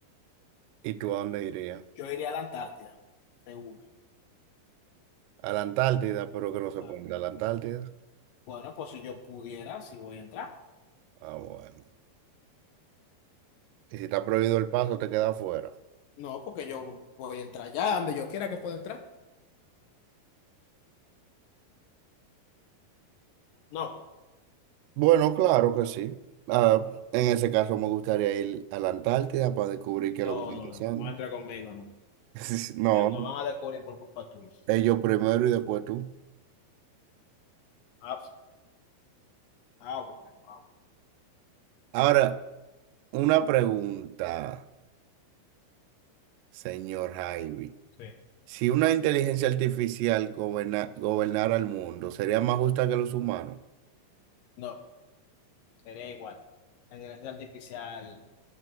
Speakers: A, on the right; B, on the left.
A: ¿Y tú a dónde irías?
B: yo iría a la Antártida. de una.
A: A la Antártida, pero que no se
B: Ah,
A: ponga a la Antártida.
B: Bueno, pues si yo pudiera, si voy a entrar.
A: Ah, bueno. Y si está prohibido el paso, te quedas afuera.
B: No, porque yo voy a entrar ya donde yo quiera que pueda entrar. No,
A: Bueno, claro que sí. Ah, en ese caso me gustaría ir a la Antártida para descubrir qué es
B: no,
A: lo que está
B: no,
A: pasando.
B: no, no entra conmigo, no.
A: <laughs> No,
B: Te- Nos van a descubrir por culpa tuya.
A: ellos primero y después tú.
B: Ah, ah, bueno, ah, bueno.
A: Ahora, una pregunta, señor Javi.
B: Sí.
A: Si una inteligencia artificial goberna- gobernara el mundo, ¿sería más justa que los humanos?
B: No, sería igual. La inteligencia artificial